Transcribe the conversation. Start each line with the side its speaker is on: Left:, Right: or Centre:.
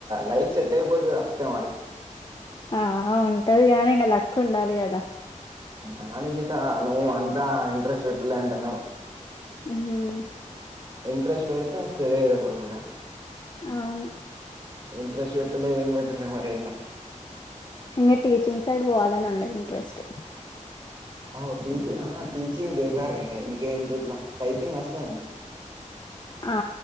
Right: లైఫ్ సెట్ అయిపోతే అస్తే మరి
Left: ఆహా ఉంటది గానీ ఇంగ లక్ ఉండాలి గదా
Right: కాని జితా నువ్వంతా ఇంట్రెస్ట్ పెట్టలే అంటే
Left: ఉహు
Right: ఇంట్రెస్ట్ పెడితే సరేద కొడు కుడా
Left: అవును
Right: ఇంట్రెస్ట్ పెట్టలే ఏం పెట్టలే మరెట్లా
Left: ఇంగ టీచింగ్ సైడ్ బోవాలనన్న ఇంట్రెస్ట్
Right: ఓ టీచి ఆ టీచింగ్ బేగార్గా ఇంకేం ఇట్లా టైపింగ్ వస్తదా మీకు
Left: ఆ